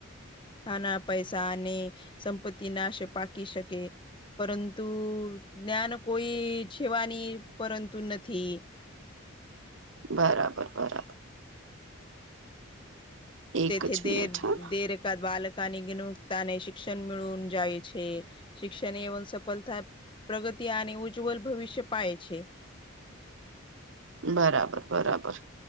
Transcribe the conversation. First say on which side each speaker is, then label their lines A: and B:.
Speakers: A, on the left; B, on the right.
A: નાના પૈસા અને સંપત્તિ નાશ પાકી શકે. પરંતુ જ્ઞાન કોઈ છેવાની પરંતુ નથી.
B: બરાબર બરા એક
A: તેથી
B: જ
A: દેર
B: મિનિટ હા
A: દેર કા બાલક તાની ગિનુગ્તાને શિક્ષણ મેળવ જાય છે શિક્ષણ એવ સફળ થાય પ્રગતિ આને ઉજ્જવલ ભવિષ્ય પાએ છે.
B: બરાબર બરાબર